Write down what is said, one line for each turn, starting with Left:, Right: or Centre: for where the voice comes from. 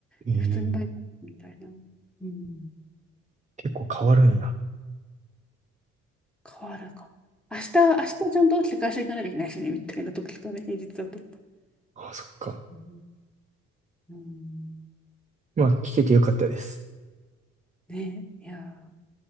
Right: ええ
Centre: で、普通にバイトみたいな。うん
Right: 結構変わるんや。
Centre: 変わるかも。明日、明日ちゃんと起きて会社行かなきゃいけないしね、みたいな時とかね、平日だと。
Right: あ、そっか。
Centre: うん、うん
Right: まあ、聞けてよかったです。
Centre: ね、いやー。